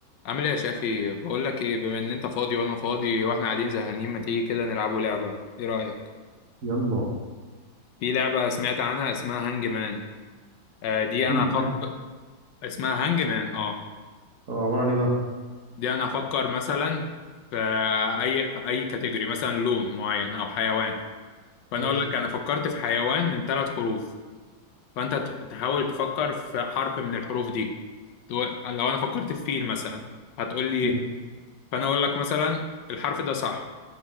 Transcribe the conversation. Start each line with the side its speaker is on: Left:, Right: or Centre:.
Left: عامل ايه يا شافي بقول لك ايه بما ان انت فاضي وانا فاضي واحنا قاعدين زهقانين ما تيجي كده نلعبوا لعبه ايه رايك
Right: يلا
Left: في لعبه سمعت عنها اسمها هانج مان آه دي انا
Right: هنجي
Left: هفكر
Right: انا
Left: اسمها هانج مان اه
Right: اه عبارة عن ايه بقى
Left: دي انا هفكر مثلا في اي في اي كاتيجوري مثلا لون معين او حيوان فانا
Right: ماشي
Left: اقول لك انا فكرت في حيوان من ثلاث حروف فانت ت- تحاول تفكر في حرف من الحروف دي تقول- لو انا فكرت في فيل مثلا هتقول لي
Right: ماشي.
Left: ايه فانا اقول لك مثلا الحرف ده صح